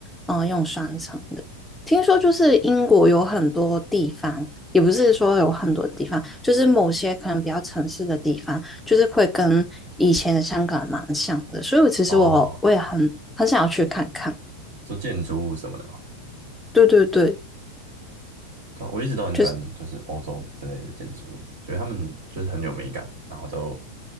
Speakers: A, in the centre; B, on the right.
A: 嗯、呃用双层的。听说就是英国有很多地方，也不是说有很多地方，就是某些可能比较城市的地方，就是会跟以前的香港蛮像的，所以我其实我我也很很想要去看看。
B: 哦，说建筑物什么的嘛。
A: 对对对，
B: 对啊我一直都很喜欢，
A: 就是
B: 就是欧洲之类的建筑物，觉得他们就是很有美感，然后都不